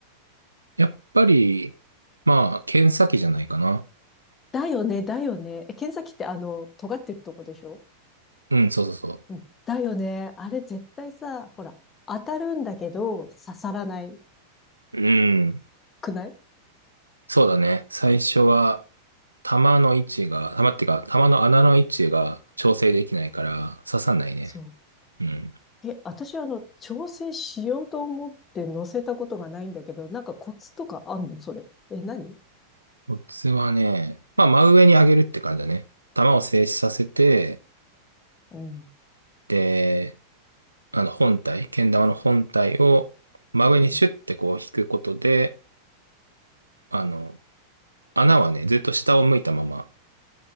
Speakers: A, on the right (about 80°); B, on the left (about 20°).
A: やっぱり、まあ、剣先じゃないかな。
B: だよね、だよね。え、剣先ってあの、尖ってるとこでしょ
A: うん、そうそうそ
B: うん。だよね。あれ絶対さ、ほら、当たるんだけど、刺さらない
A: う。うん、
B: くない
A: そうだね、最初は、玉の位置が、玉っていうか、玉の穴の位置が調整できないから刺さんないね。
B: そう。
A: うん。
B: え、私あの、調整しようと思って乗せたことがないんだけど、なんかコツとかあんのそれ。え、何
A: コツはね、まあ、真上に上げるって感じだね。球を静止させて、
B: うん、
A: で、あの、本体、けん玉の本体を真上にシュッてこう引くことで、
B: うん、
A: あの、穴はね、ずっと下を向いたまま